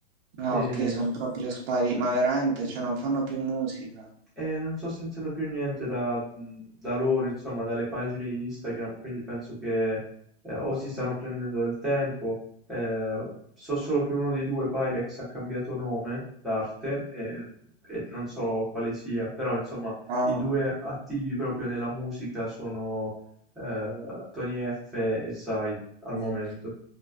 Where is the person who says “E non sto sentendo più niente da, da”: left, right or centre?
Centre